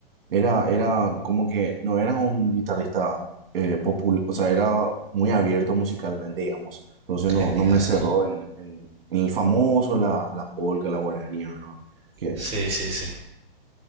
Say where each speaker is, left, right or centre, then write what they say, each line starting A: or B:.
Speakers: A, on the right (about 70°); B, on the right (about 20°).
A: Era, era como que no era un guitarrista eh, popul- o sea, era muy abierto musicalmente, digamos. Entonces no,
B: Genial.
A: no me cerró en, en- en el famoso, la, la polca, la guaraní, ¿verdad? Que
B: Sí, sí, sí.